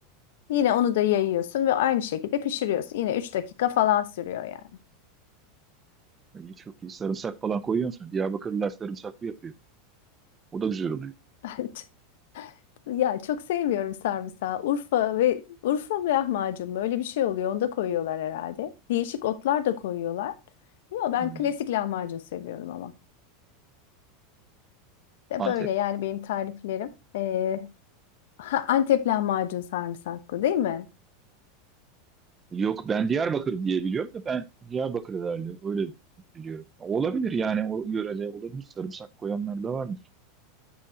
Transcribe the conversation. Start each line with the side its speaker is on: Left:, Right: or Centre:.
Left: Yine onu da yayıyorsun ve aynı şekilde pişiriyorsun. Yine 3 dakika falan sürüyor yani.
Right: E, çok iyi. Sarımsak falan koyuyor musun? Diyarbakırlılar sarımsaklı yapıyor. O da güzel oluyor.
Left: <laughs> Ben çok- ya çok sevmiyorum sarımsağı. Urfa ve Urfa mı lahmacun mu? Öyle bir şey oluyor. Onu da koyuyorlar herhalde. Değişik otlar da koyuyorlar. Yok ben
Right: Hmm.
Left: klasik lahmacun seviyorum ama. De
Right: Antep.
Left: böyle yani benim tariflerim. Ee, ha, Antep lahmacun sarımsaklı değil mi?
Right: Yok ben Diyarbakır diye biliyorum da ben Diyarbakır herhalde öyle biliyorum. Olabilir yani o yörede olabilir. Sarımsak koyanlar da varmış.